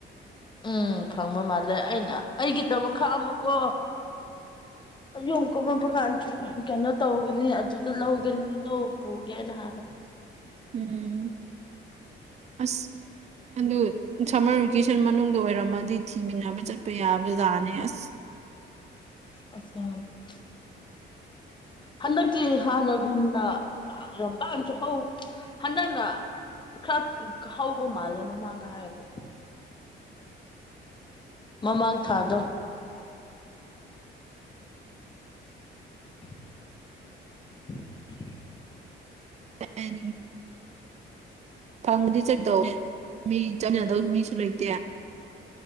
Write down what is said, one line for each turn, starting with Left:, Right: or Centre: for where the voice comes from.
Left: ꯎꯝ ꯐꯪꯕ ꯃꯥꯜꯂꯦ ꯑꯩꯅ ꯑꯩꯒꯤꯗꯃꯛ ꯈꯛꯑꯝꯃꯨꯀꯣ
Right: <inaudible>
Left: ꯌꯣꯡ ꯀꯨꯝꯃꯄ ꯀꯥꯟ ꯀꯩꯅꯣ ꯇꯧꯒꯅꯤ ꯑꯗꯨꯗ ꯂꯧꯒꯅꯤ ꯂꯧ ꯄꯨꯒꯦꯅ ꯍꯥꯏꯕ
Right: ꯎꯝ ꯑꯁ ꯑꯗꯨ ꯁꯝꯃꯔ ꯚꯦꯀꯦꯁꯟ ꯃꯅꯨꯡꯗ ꯑꯣꯏꯔꯝꯃꯗꯤ ꯊꯤꯃꯤꯟꯅꯕ ꯆꯠꯄ ꯄꯥ ꯌꯥꯕꯖꯥꯅꯦ ꯑꯁ
Left: <unintelligible> ꯍꯟꯗꯛꯇꯤ ꯍꯥꯟꯅꯒꯨꯝꯅ ꯄꯥꯛ ꯌꯥꯝ ꯄꯥꯛꯅꯁꯨ ꯍꯧ ꯍꯟꯗꯛꯅ ꯈꯔ ꯍꯧꯕ ꯃꯥꯜꯂꯦ ꯃꯃꯥꯡꯒ ꯍꯥꯏꯔꯨꯔꯗꯤ ꯃꯃꯥꯡ ꯊꯥꯗꯣ <unintelligible>
Right: <unintelligible> ꯐꯪꯉꯗꯤ ꯆꯠꯀꯗꯧꯅꯦ ꯃꯤ ꯆꯠꯃꯤꯟꯅꯗꯧ ꯃꯤꯁꯨ ꯂꯩꯇꯦ